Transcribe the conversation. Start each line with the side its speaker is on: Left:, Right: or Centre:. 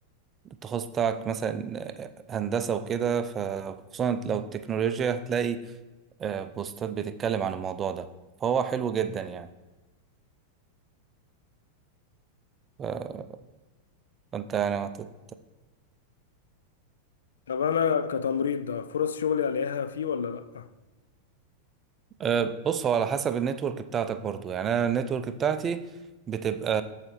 Right: التخصص بتاعك مثلا آه، هندسة وكده فخصوصا لو التكنولوجيا هتلاقي آه، بوستات بتتكلم عن الموضوع ده فهو حلو جدا يعني ف- فانت يعني هتت...
Left: طب انا كتمريض ده فرص شغلي الاقيها فيه ولا لا
Right: آه، بص هو على حسب النتورك بتاعتك برضو يعني انا النتورك بتاعتي بتبقى